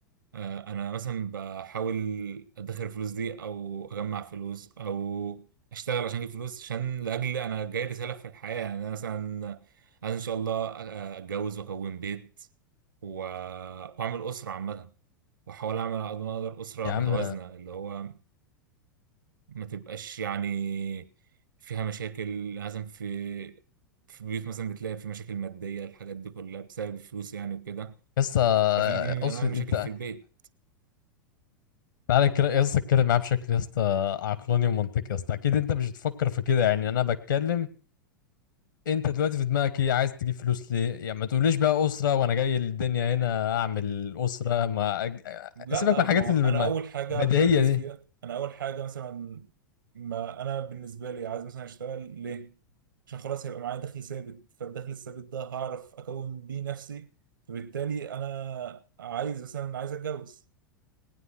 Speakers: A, on the right; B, on the left.
A: آه، انا مثلا بحاول ادخر الفلوس دي او اجمع فلوس او اشتغل عشان اجيب فلوس عشان لاجل انا جاي رسالة في الحياة يعني انا مثلا عايز ان شاء الله آه، اتجوز واكون بيت و- واعمل اسرة عامة واحاول اعمل على قد ما اقدر اسره
B: يا عم
A: متوازنه اللي هو ما تبقاش يعني فيها مشاكل لازم في في بيوت مثلا بتلاقي في مشاكل ماديه الحاجات دي كلها بسبب الفلوس يعني وكده
B: يا اسطى
A: ففي دي من
B: اقصد
A: انواع المشاكل
B: انت
A: في البيت
B: تعالى كده يا اسطى اتكلم معاه بشكل يا اسطى عقلاني ومنطقي يا اسطى اكيد انت مش بتفكر في كده يعني انا بتكلم انت دلوقتي في دماغك ايه عايز تجيب فلوس ليه يعني ما تقوليش بقى اسره وانا جاي للدنيا هنا اعمل اسره ما أج...
A: لا
B: سيبك من الحاجات
A: ما
B: اللي
A: انا
B: ما-
A: اول حاجه
B: البديهيه
A: بركز
B: دي
A: فيها انا اول حاجه مثلا ما انا بالنسبه لي عايز مثلا اشتغل ليه عشان خلاص هيبقى معايا دخل ثابت فالدخل الثابت ده هعرف اكون بيه نفسي فبالتالي انا عايز مثلا عايز اتجوز